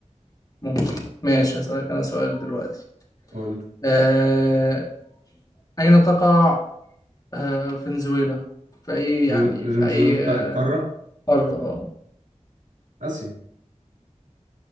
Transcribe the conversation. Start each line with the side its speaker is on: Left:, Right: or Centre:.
Left: ممكن ماشي هسألك أنا سؤال دلوقتي
Right: قول
Left: آه، أين تقع آه، فنزويلا في أي يعني
Right: فن- فنزويلا
Left: في أي
Right: في
Left: آه،
Right: ق- قارة
Left: قارة اه
Right: آسيا